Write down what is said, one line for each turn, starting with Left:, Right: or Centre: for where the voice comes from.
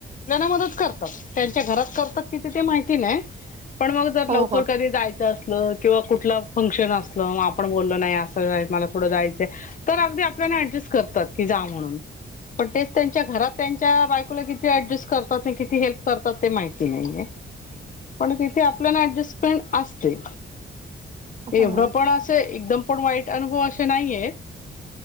Left: म च्या घरात करतात क माहिती नाही पण मग जर
Right: हो
Left: लवकर
Right: हो.
Left: कधी जायचं असलं किंवा कुठला ंशन असग आपण बलो नाही अस मला थोडं जायच आपल्याड करत का म्हणून पण तेच त्यांच्या घरात त्यांच्या बायकोला किती ऍडजस्ट करतात आणि किती हेल्प करतात ते माहिती नाहीये पण तिथे आपल्याला ऍडजस्टमेंट असते
Right: हो
Left: एवढंपण असं एकदमपण वाईट अनुभव असे नाहीये.